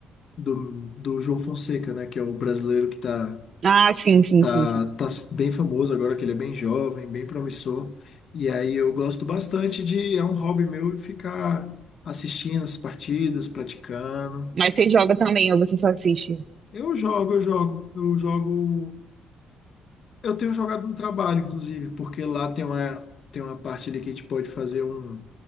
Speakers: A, on the left; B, on the right.
A: do, do João Fonseca, né? Que é um brasileiro que tá,
B: Ah, sim, sim,
A: tá,
B: sim, sim.
A: tá bem famoso agora, que ele é bem jovem, bem promissor. E aí eu gosto bastante de, é um hobby meu ficar assistindo as partidas, praticando.
B: Mas você joga também ou você só assiste?
A: Eu jogo, eu jogo, eu jogo. Eu tenho jogado no trabalho, inclusive, porque lá tem uma, tem uma parte ali que a gente pode fazer um